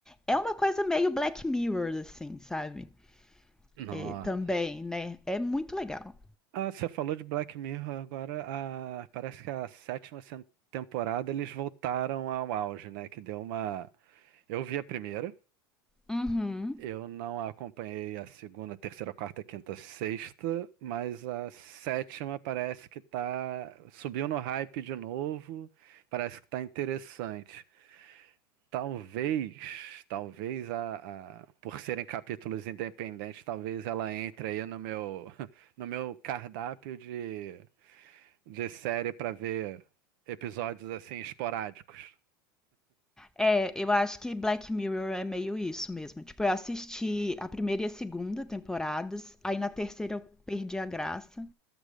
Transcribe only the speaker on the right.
Nossa.
Ah, você falou de Black Mirror agora. ah, parece que a sétima cen- temporada eles voltaram ao auge, né? Que deu uma. Eu vi a primeira.
Eu não acompanhei a segunda, terceira, quarta, quinta, sexta, mas a sétima parece que tá. Subiu no hype de novo. Parece que tá interessante. Talvez, talvez a, a- por serem capítulos independentes, talvez ela entre aí no meu <laughs> no meu cardápio de, de série para ver episódios assim esporádicos.